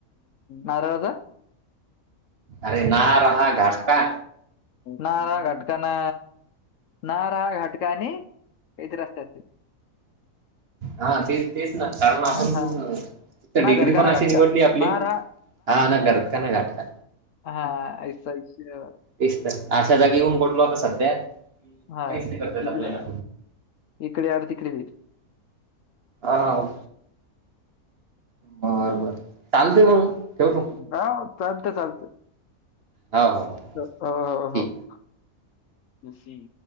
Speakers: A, on the left (about 65°); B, on the right (about 50°).
A: नराळा दा,
B: अरे नाहा रहा घाटका.
A: नार घटकाना नार घटकानी काहीत रस्त्यात ते.
B: हा तेच तेच ना कारण आपण.
A: हां, हां.
B: डिग्री
A: ना घरका
B: पण
A: ना
B: अशी
A: घाटका.
B: निवडली आपली
A: नारा
B: हा ना घर का ना गाठ का,
A: हा हा, ऐस आयष्य.
B: तेच तर अशा जागी येऊन पठलो आता सध्या काहीच
A: हां.
B: नाही करतायत आपल्याला.
A: इकडे इकडे अर तिकडे वीर.
B: हा बर बर. चालते मग ठेवतो
A: हा, मग चालतं चालतं.
B: हो हो,
A: <unintelligible>
B: ठीक
A: हा ह